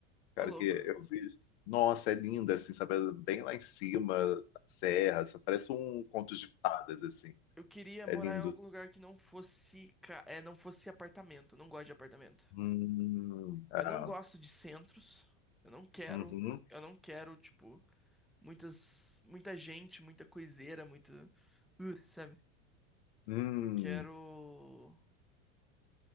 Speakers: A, on the left (about 70°); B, in the centre.
A: cara,
B: Ô, louco.
A: que eu vi. Nossa, é linda, assim, sabe? Bem lá em cima, da serra, sabe? parece um conto de fadas, assim.
B: Eu queria
A: É
B: morar
A: lindo.
B: em algum lugar que não fosse, ca- é, não fosse apartamento. Eu não gosto de apartamento.
A: Hum, ah,
B: Eu não gosto de centros. Eu não quero,
A: uhum,
B: eu não quero, tipo, muitas, muita gente, muita coiseira, muito, uh, sabe?
A: hum.
B: Quero